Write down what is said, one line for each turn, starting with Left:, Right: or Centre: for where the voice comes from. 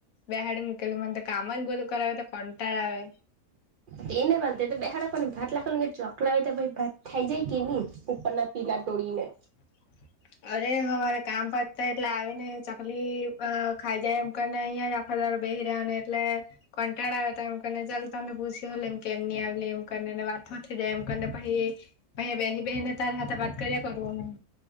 Left: બેહાડી મૂકેલી મને તો કામ જ બધું કરાવે તો કંટાળ આવે
Right: તેને વાંધ તો બહારને ભત લખે કે ચોકલા આવે તો ભ ભાત થાઈ જાય કે નની ઉપરના પીલા તોોડીનાર
Left: <unintelligible> અરે હરે કામ પતા એટલે આવી ને ચકલી ખાઈ જાય એમ કરીને અહિયાં જ આપ બેહી રહ્યા ને એટલે કંટાળા આવ્યા હતા એમને ચાલ તમને પૂછ્યું એમ કેમ ની આવ એમ કરી વાત નથી જાય એમ પછ બે બેને ત વાત કર્યા કરું અ